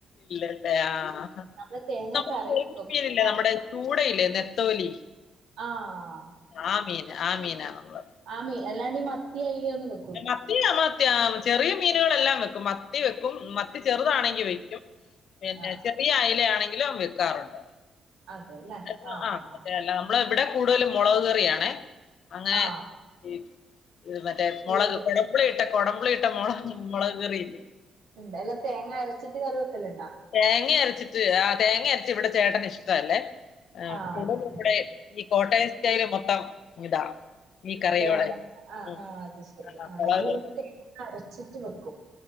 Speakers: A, on the left; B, on the right.
A: ഇല്ലല്ലേ ആഹ്
B: നമ്മള് തേങ്ങ
A: നമ്മുടെ
B: കറി
A: ചെമ്മീനില്ലേ
B: വെക്കും തേങ്ങ അര
A: നമ്മുടെ ചൂടയില്ലേ നെത്തോലി
B: ആഹ്
A: ആ മീന് ആ മീന നമ്മള്
B: ആ മീൻ അല്ലാണ്ടീ മത്തി അയലൊന്നും വെ
A: മത്തി ആ ചെറിയ മീനുകളെല്ലാം വെക്കും മത്തി വെക്കും മ ത്തി ചെറുതാണെങ്കി വെക്കും പിന്നെ
B: ആ
A: ചെറിയ അയില ആണെങ്കിലും വെക്കാറുണ്ട്
B: അതെല്ലേ
A: <unintelligible>
B: ആ
A: അഹ്
B: ആ
A: മറ്റെ
B: ആ
A: എല്ലാം മ്മളെ ഇവിടെ കൂടുതലും മുളക് കറിയാണേ അങ്ങനെ
B: ആ
A: ഇ മറ്റേ മൊളക്
B: എരിവ്
A: കൊടമ്പുളി ഇട്ട കൊടമ്പിളി ഇട്ട മൊളക് മൊളക് കറില്ലേ
B: ഇണ്ടോ അല്ല തേങ്ങ അരച്ചിട്ട് കറി വെക്കല്ലുണ്ടോ
A: തേങ്ങ അരച്ചിട്ട് ആ തേങ്ങ അരച്ച് ഇവിടെ ചേട്ടന് ഇഷ്ടവല്ലേ <unintelligible>
B: ആ അതെ
A: ഇവിടെ ഈ കോട്ടയം സ്റ്റൈല് മൊത്തം ഇതാ ഈ കറികളെ
B: തേങ്ങ ആഹ്
A: ഉം.
B: ആഹ് അത് ശെരി
A: ആ,
B: ആഹ്
A: മുളക്
B: നമ്മള ഇവിടെ
A: കറി
B: തേങ്ങ അരച്ചിട്ട് വെക്കും